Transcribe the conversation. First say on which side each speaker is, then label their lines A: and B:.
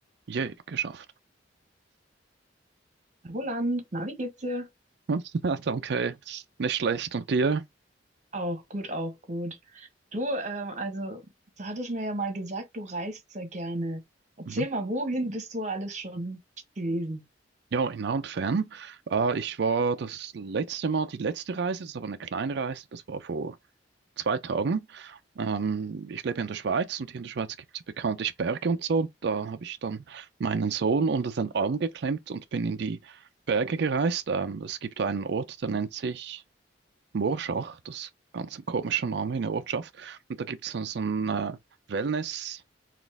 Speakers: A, on the right; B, on the right.
A: Yay, geschafft.
B: Roland, na, wie geht's dir?
A: <laughs> Danke, nicht schlecht. Und dir?
B: Auch gut, auch gut. Du, ähm, also, du hattest mir ja mal gesagt, du reist sehr gerne. Erzähl
A: Mhm.
B: mal, wohin bist du alles schon gewesen?
A: Ja, in nah und fern. Äh, ich war das letzte Mal, die letzte Reise, das ist aber eine kleine Reise, das war vor zwei Tagen. Ähm, ich lebe in der Schweiz und hier in der Schweiz gibt es ja bekanntlich Berge und so. Da habe ich dann meinen Sohn unter seinen Arm geklemmt und bin in die Berge gereist. Ähm, es gibt einen Ort, der nennt sich Morschach, das ist ganz ein komischer Name in der Ortschaft. Und da gibt es so ein äh, Wellness-